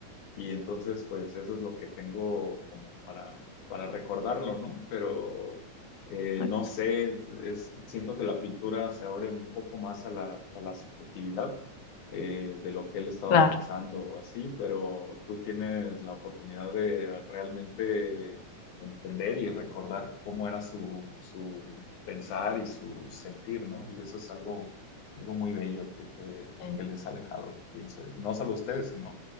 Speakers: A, on the left; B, on the left.
A: Y entonces, pues eso es lo que tengo como para, para recordarlo, ¿no? Pero eh,
B: Ay,
A: no sé, es, es- siento que la pintura se abre un poco más a la, a la subjetividad eh, de lo que él estaba
B: claro,
A: pensando o así, pero tú tienes la oportunidad de realmente entender y recordar cómo era su, su pensar y su sentir, ¿no? Y eso es algo, algo muy bello que te,
B: sí,
A: que les ha dejado, pienso. No solo a ustedes, sino